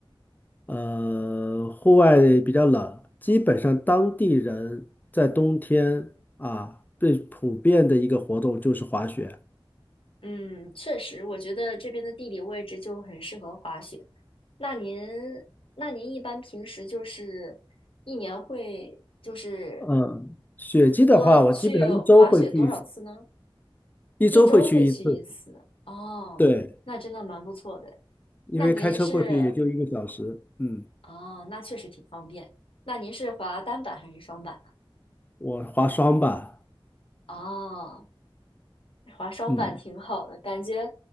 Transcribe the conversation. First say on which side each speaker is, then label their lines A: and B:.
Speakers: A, on the left; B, on the left.
A: 呃，户外比较冷，基本上当地人在冬天啊，最普遍的一个活动就是滑雪。
B: 嗯，确实，我觉得这边的地理位置就很适合滑雪。那您，那您一般平时就是一年会就是
A: 嗯，雪季的话，
B: 多去滑雪多少次呢？
A: 我基本上一周会去一次，一周会去一次。
B: 一周会去一次。哦，
A: 对，
B: 那真的蛮不错的。
A: 因为开车过去也就一个小时。
B: 那您是，
A: 嗯，
B: 哦，那确实挺方便。那您是滑单板还是双板呢？
A: 我滑双吧。
B: 哦，滑双板挺好的，
A: 嗯，
B: 感觉